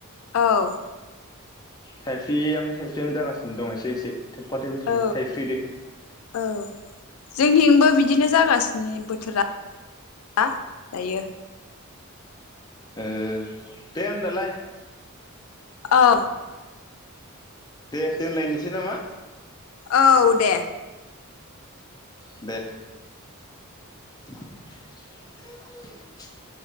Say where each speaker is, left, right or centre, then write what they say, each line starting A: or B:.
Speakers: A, on the left (about 85°); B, on the left (about 20°).
A: औ
B: थाइफ्रिहां थाइफ्रिहां जागासिनो दं एसे एसे थोबफा थोबफि
A: औ
B: थाइफ्रिदो
A: औ जोंथिंबो बिदिनो जागासिनो बोथोरा दायो।
B: ओ दे होमब्लाय
A: औ
B: दे दोनलायनोसै नामा
A: औ दे
B: दे <inaudible>